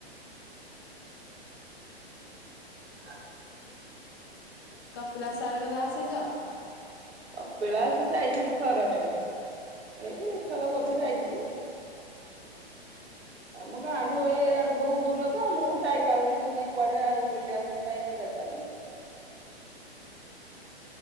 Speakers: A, on the right; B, on the left.
A: ଆ
B: କପିଳାସ ଆରେ କେବେ ଆସିଛ?
A: କପିଳାସ ଯାଇଥିଲି ଥର ଟେ କି ଦି ଥର ବୋଧ ଯାଇଛି। ଆମ ଗାଁ ଠୁ ଏ ଆଡେ ବହୁତ ଦୂର ତ ମୁଁ ଯାଇପାରୁନି ସେଥିପାଇଁ କୁଆଡେ ଆଉ ବୁଲିବା ବୁଲି ପାଇଁ ଏତେ ଯାଇପାରୁନି । <inaudible>